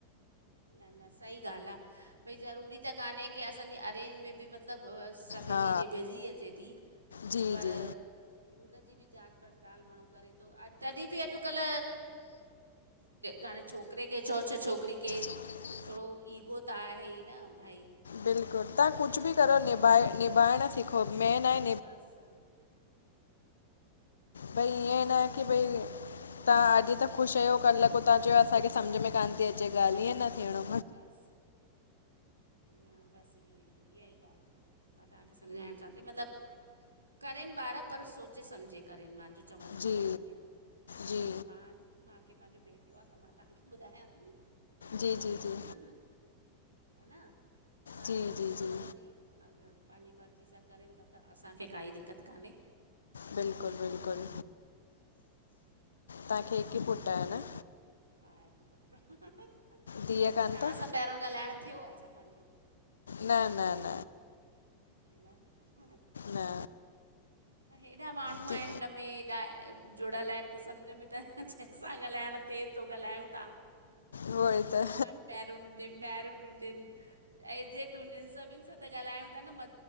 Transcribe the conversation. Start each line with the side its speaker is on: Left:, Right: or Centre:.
Right: न-न सई ॻाल आ भई ज़रूरी त काने की असांजी अरेंज में ॿि मतलब। मतलब सॿॼी
Left: हा
Right: निॿॼी अचे ती
Left: जी
Right: पर
Left: जी
Right: हुनॼी ॿि जांच पड़ताल माणू करे तो तॾि ॿि अॼकल। हाणे छोकरे खे चओ छ छोकरी खेे।
Left: न
Right: थोड़ो ईगो त आहे ई न भई।
Left: बिल्कुल तां कुछ ॿि करो निभाए निभाइण सिखो मेन आए।
Right: बस
Left: भई
Right: त
Left: ईअं
Right: इन
Left: न आ
Right: करे
Left: की भई तां अॼ
Right: हम्म,
Left: त ख़ुश आयो कल उतां चयो असांखे समझ में कान ती अचे ॻाल ईअं न थियोणो।
Right: बस न बस इयो ई इया ई ॻाल आ। मां तांखे सम्झाइण चांती मतलब करेन ॿार पर सोचे समझे करन मांॼो। चवण ॼो
Left: जी
Right: मतलब इय आ मतलब
Left: जी जी
Right: मां। मूंखे पांॼो ॿेटो आ त मां तांखे ॿुधायां ती।
Left: जी-जी-जी
Right: ह ना बाक़ी
Left: जी
Right: हुनन
Left: जी
Right: ॼी
Left: जी
Right: मर्ज़ी। अगर पांॼी मर्ज़ी सां करन ता त असांखे काई दिक्कत काने।
Left: बिल्कुल-बिल्कुल तांखे
Right: ॿियो
Left: हिक
Right: ॿुधायो
Left: ई पुट आये न?
Right: हा हिक पुट
Left: धीउ कान
Right: तां
Left: अथव
Right: सां पैंरों ॻालाइण थियो आ छा मांॼो।
Left: न-न-न
Right: न अच्छा
Left: न
Right: हेॾा माणूअ
Left: धी
Right: आयन हिनमें हेॾा। जुड़यल आयन त समझ में त जेंस सां ॻालाइण थे तो ॻालायूं ता। हाणे
Left: उहो ई त
Right: अन मेरुन मैरिड सुजन एजेड हुजन सॿिन सां त ॻालायूं था न म